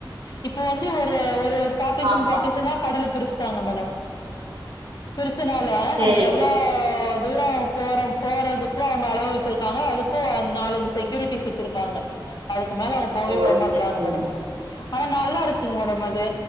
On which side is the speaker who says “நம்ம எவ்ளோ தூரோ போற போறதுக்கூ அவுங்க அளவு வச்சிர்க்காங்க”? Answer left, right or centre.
Left